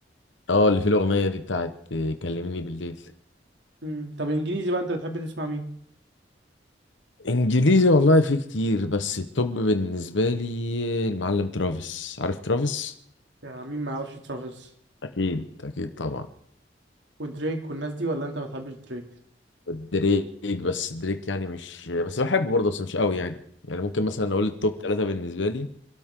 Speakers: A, on the left (about 90°); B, on the right (about 75°).
A: اه اللي فيه الاغنيه دي بتاعت كلميني بالليل
B: مم. طب إنجليزي بقى أنت بتحب تسمع مين؟
A: انجليزي والله في كتير بس التوب بالنسبه لي المعلم ترافيس عارف ترافيس
B: يعني مين ما يعرفش ترافيس
A: اكيد اكيد طبعا
B: ودريك والناس دي ولا انت ما بتحبش دريك
A: دريك بس دريك يعني مش بس بحبه برضه بس مش قوي يعني يعني ممكن مثلا اقول التوب ثلاثة بالنسبة لي